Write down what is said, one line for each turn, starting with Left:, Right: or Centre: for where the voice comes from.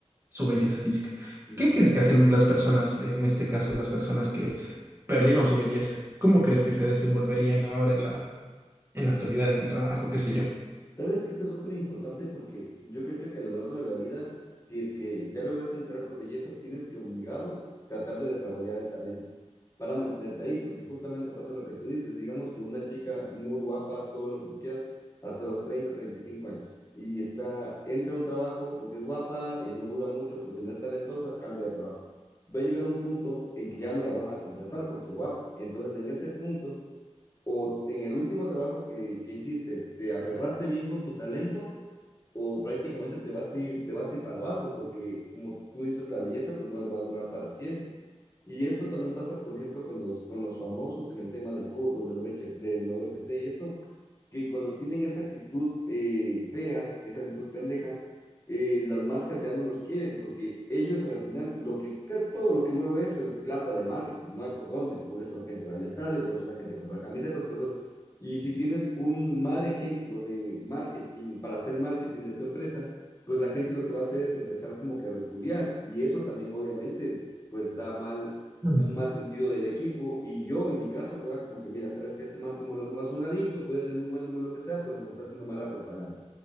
Right: su belleza física.
Left: Ujú.
Right: ¿Qué crees que hacen las personas, en este caso, las personas que perdieron su belleza? ¿Cómo crees que se desenvolverían ahora en la en la actualidad, en el trabajo, qué sé yo.
Left: Sabes que esto es súper importante porque yo creo que a lo largo de la vida, si es que ya lograste entrar por belleza, tienes que obligado tratar de desarrollar el talento para mantenerte ahí, porque justamente pasa lo que tú dices, digamos que una chica muy guapa, todo lo que tú quieras, hasta los treinta treinta y cinco años, y está, entra a un trabajo porque es guapa, eh, no dura mucho, porque no es talentosa, cambia de trabajo. Va a llegar un punto en que ya no la van a contratar por ser guapa. Entonces, en ese punto o en el último trabajo que, que hiciste, te aferraste bien con tu talento o prácticamente te vas a ir, te vas a ir para abajo, porque como tú dices, la belleza pues no le va a durar para siempre. Y esto también pasa, por ejemplo, con los, con los famosos en el tema del fútbol, del, UH del UFC y esto, que cuando tienen esa actitud eh, fea, esa actitud pendeja, eh, las marcas ya no los quieren, porque ellos a la final, lo que, todo lo que mueve eso es plata de marketing, no hay por dónde, por eso la gente va al estadio, por eso la gente compra camisetas, por eso y si tienes un mal ejemplo de marketing para hacer marketing de tu empresa, pues la gente lo que va a hacer es empezar como que a repudiar. Y eso también obviamente pues da mal,
Right: Mm.
Left: da un mal sentido del equipo. Y yo en mi caso fuera como que, mira, sabes que este man póngalo nomás un ladito, puede ser muy bueno, muy lo que sea, pero nos está haciendo mala propaganda.